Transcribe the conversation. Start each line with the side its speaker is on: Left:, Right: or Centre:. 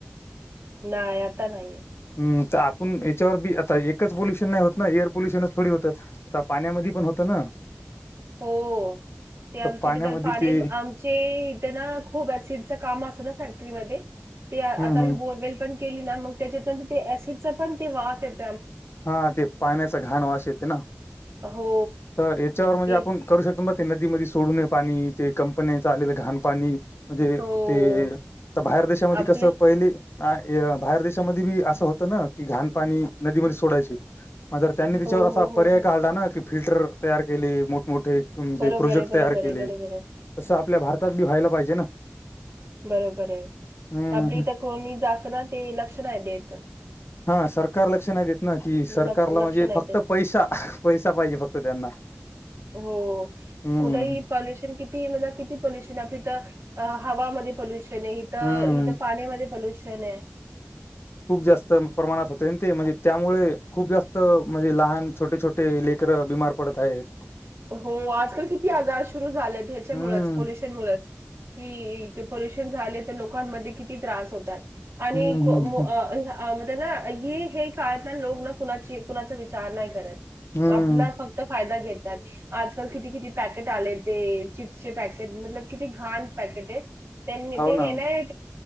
Right: नाही आता नाहीये.
Left: हम् तर आपण याच्यावर बी आता एकच पोल्युशन नाही होत ना एअर पोल्युशनच थोडी होत आता पाण्यामध्ये पण होत ना.
Right: हो. ते आमची
Left: पाण्यामध्ये
Right: इथे तर पाणी
Left: ते
Right: आमचे इथे ना खूप शिच काम असं ना फॅक्टरीमध्ये
Left: हम्म
Right: आताी
Left: हम्म
Right: बोरवेल पण केली ना मग त्याच्या ते एसिड चा पण तो वास येतो.
Left: हा ते पाण्याचा घाण वास येते ना
Right: हो
Left: तर याच्यावर म्हणजे
Right: ते
Left: आपण करू शकतो ब ते नदीमध्ये सोडूये पाणी ते कंपन्याच आलेलं घाण पाणी म्हणजे
Right: हो.
Left: ते बाहेर देशामध्ये
Right: आपले
Left: कसं पहिले बाहेर देशामध्ये बी असं होतं ना की घाणपाणी नदीमध्ये सोडायचे. म्र त्यांनी तिच्यावर
Right: हो,
Left: असा
Right: हो, हो,
Left: पर्याय
Right: हो.
Left: काढला ना की फिल्टर तयार केली मोठमोठ ठ म्हणजे
Right: बरोबर
Left: प्रोजेक्ट
Right: आहे, बरोबर
Left: तयार केले
Right: आहे, बरोबर आहे,
Left: तसं आपल्या भारतात बी व्हायला पाहिजे ना.
Right: बरोबर आहे
Left: हम्म
Right: आपल्या इथ तर कोणी जास्त ना ते लक्ष नाही देत.
Left: हा सरकार लक्ष नाही देत ना की
Right: लक्ष
Left: सरकारला
Right: लक्ष
Left: म्हणजे
Right: नाही
Left: फक्त
Right: देत.
Left: पैसा पैसा पाहिजे फक्त त्यांना.
Right: हो
Left: हम्म
Right: कुठेही पॉल्युशन किती म कि पोल्युशन आपथ हवामध्ये पोल्युशन आहे इथ
Left: हम्म
Right: इथ पाण्यामध्ये पोल्युशन चन
Left: खूप जास्त प्रमाणात होते ते म्हणजे त्यामुळे खूप जास्त म्हणजे लहान छोटे छोटे लेखक. चित्र बिमार पडत आहेत.
Right: हो आजकाल किती आजार सुरू झालेत ह्याच्यामुळेच
Left: हम्म
Right: पोल्युशन मुळच. ही पोल्युशन झाले ते लोकांमध्ये किती त्रास होतात आणि
Left: हम्म
Right: को
Left: हम्म
Right: म
Left: हम्म
Right: ह अ म्हण ना हे हे काळत ना लोक ना कुणाची कुणाचा विचार नाही करत.
Left: हम्म.
Right: आपला फक्त फायदा घेतात आजकाल किती किती पॅकेट आले ते चिप्स चिप्स पॅकेट मतलब किती घाण पॅकेट आहे त्यांनी
Left: हो
Right: ते
Left: ना
Right: हे नाय.